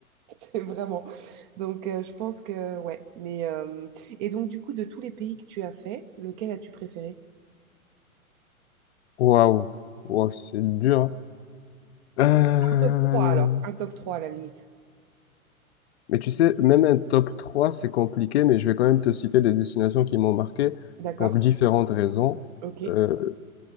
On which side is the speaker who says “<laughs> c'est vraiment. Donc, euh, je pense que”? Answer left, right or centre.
Right